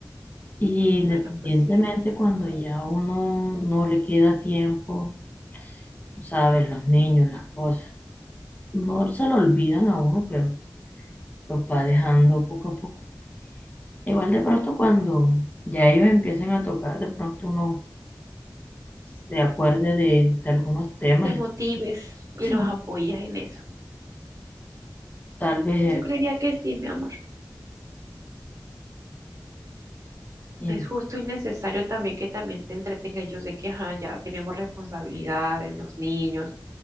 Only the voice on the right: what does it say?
Bueno,
pues sí,
te motives
y
los apoyas en eso.
Yo creería
que sí, mi amor.
Es justo y necesario también que también te entretengas. Yo sé que ajá, ya tenemos responsabilidades, los niños,